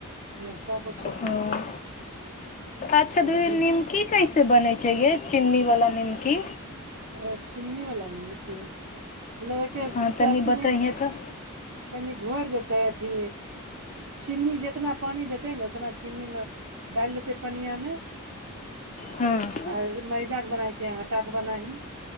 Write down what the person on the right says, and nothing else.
नाश्ता कुछ
सब्जी
ओ चिन्नी वला निमकी लगै छै
चासनी,
तनि घोरि देतै अथि चीनी जेतना पानि देतै ने उतना चीनीमे डालि देतै पनियामे <inaudible>
आर मैदाके बनाइ छै। आटाके बनाही